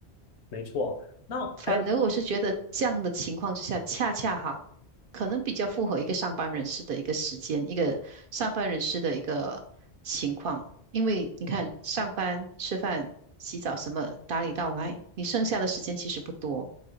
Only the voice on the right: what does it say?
反而我是觉得这样的情况之下，恰恰好，可能比较符合一个上班人士的一个时间，一个上班人士的一个情况。因为你看，上班、吃饭、洗澡什么打理到来，你剩下的时间其实不多，